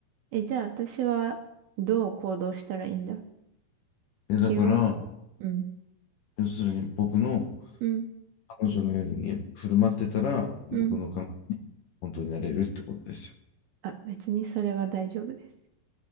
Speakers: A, on the right; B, on the left.
A: え、じゃあ私はどう行動したらいいんだ
B: え、
A: 気を。
B: だから、
A: うん
B: 要するに僕の
A: うん、
B: 彼女のように振る舞ってたら、僕の彼女、
A: うん。
B: 本当になれるってことですよ。
A: あ、別にそれは大丈夫です。